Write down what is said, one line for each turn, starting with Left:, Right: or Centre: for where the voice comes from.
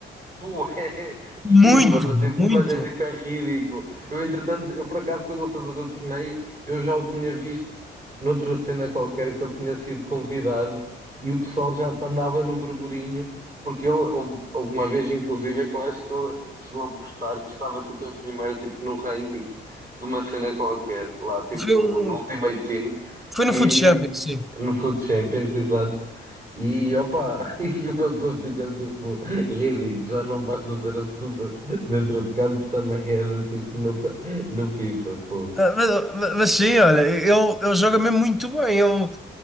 Right: Pô, é é,
Centre: Muito,
Right: FIFA, do tipo,
Centre: muito.
Right: mas é tipo, é ridículo. Eu, entretanto, eu por acaso, quando ele foi fazer o torneio, eu já o tinha visto noutra cena qualquer que ele tinha sido convidado e o pessoal já andava no burburinho, porque ele, houve, houve uma vez, inclusive, é que eu acho que ele chegou a postar que estava tipo em primeiro, tipo no ranking de uma cena qualquer, lá, tipo,
Centre: Foi um-
Right: no Ultimate Team
Centre: Foi
Right: e
Centre: no Food Champions, sim.
Right: no Food Champions, exato. E opa, <laughs> e o pessoa fica tipo. Ridículo, já não basta ser absurdo dentro de campo, também é de tipo no, ca- no FIFA, fogo.
Centre: Ah, Mas, mas sim, olha, ele, ele joga mesmo muito bem. Ele,